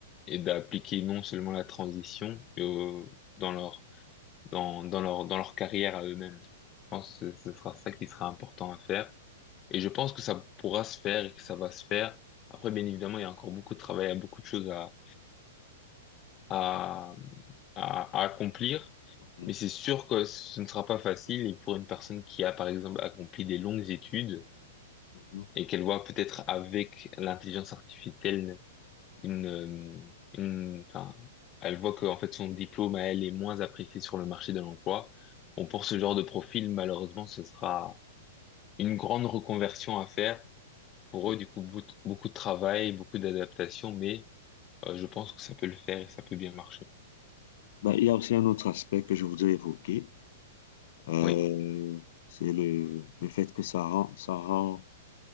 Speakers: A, on the left (about 30°); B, on the left (about 60°).
A: et d'appliquer non seulement la transition, mais au- dans leur, dans, dans leur, dans leur carrière à eux-mêmes. Je pense que ce sera ça qui sera important à faire Et je pense que ça pourra se faire et que ça va se faire. Après, bien évidemment, il y a encore beaucoup de travail, il y a beaucoup de choses à, à, à, à accomplir.
B: Mhm.
A: Mais c'est sûr que ce ne sera pas facile. Et pour une personne qui a, par exemple, accompli des longues études
B: Mhm.
A: et qu'elle voit peut-être avec l'intelligence artificielle une, euh, une, enfin, elle voit que, en fait, son diplôme à elle est moins apprécié sur le marché de l'emploi. Bon, pour ce genre de profil, malheureusement, ce sera une grande reconversion à faire Pour
B: Oui.
A: eux, du coup, beaucoup beaucoup de travail, beaucoup d'adaptation, mais euh, je pense que ça peut le faire et ça peut bien marcher.
B: Ben, il y a aussi un autre aspect que je voudrais évoquer. Euh,
A: Oui.
B: c'est le, le fait que ça rend, ça rend